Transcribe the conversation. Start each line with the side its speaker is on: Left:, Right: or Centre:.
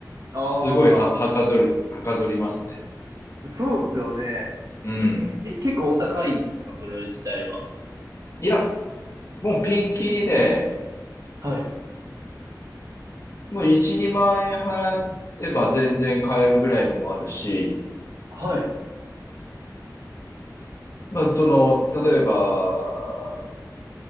Right: あ
Left: すごいは、はかどる、はかどりますね。
Right: あ、そうですよね。
Left: うん。
Right: えーえ、結構お高いんですかそれ自体は。
Left: いや、もうピンキリで、
Right: はい。
Left: もう1、2万円払えば全然買えるぐらいのもあるし、
Right: はい。
Left: まあ、その、例えば、